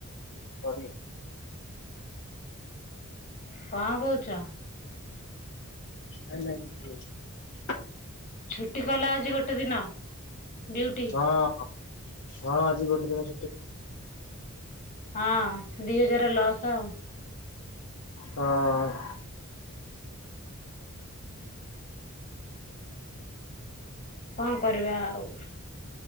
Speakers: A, on the left; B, on the left.
A: ସରି।
B: କଣ କହୁଚ?
A: ନାଇଁ ନାଇଁ କିଛି ହେଇନି।
B: ଛୁଟି କଲା ଆଜି ଗୋଟେ ଦିନ ଡିଉଟି।
A: ହଁ ହଁ ଆଜି ଗୋଟେ ଦିନ ଛୁଟି।
B: ହଁ ଦି ହଜାର ଲସ୍ ଆଉ।
A: ହଁ ଅ।
B: କଣ କରିବା ଆଉ।